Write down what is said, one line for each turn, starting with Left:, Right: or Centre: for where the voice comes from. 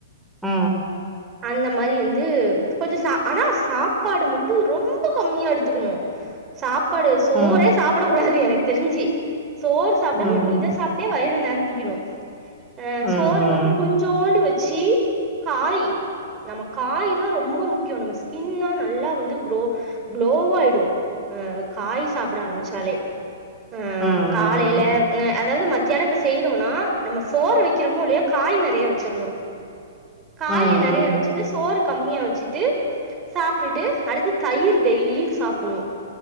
Centre: ம்
Right: அந்த மாறி வந்து கொஞ்சம் ஆனா சாப்பாடு மட்டும் கம்மியா எடுத்துக்கணு சாப்பாடு சோறே
Centre: ம் ம் ம்
Right: சாப்பிடக்க கூடாது எனக்கு தெரிஞ்சி சோறு சாப்பிடாம
Centre: ம்
Right: இதை சாப்பிட்டே வயிறு நெறு கணும் ஆ
Centre: ம் ம்
Right: சோறு வந்து கொஞ்சோண்டு வெச்சு காய் நம்ம காய் தான் ரொம்ப முக்கியம் நம்ம ஸ்கின்னும் தா நல்லா வந்து குரோ க்ளோவயிடும் ஆ காய் சாப்பிட ஆரம்பிச்சாலே ஆ
Centre: ம்
Right: காலையிலஹ் அதாவது மத்தான பசி னா நம்ம சோற வைக்கிறோமோ இல்லையா காய் நிறைய வெச்ச வச்சறனும் காய
Centre: ம்
Right: நிறைய வச்சுட்டு சோறு கம்மியா வெச்சுட்டு சாப்பிட்டுட்டு அடுத்து தயிர் டெய்லி சாப்பிடணும்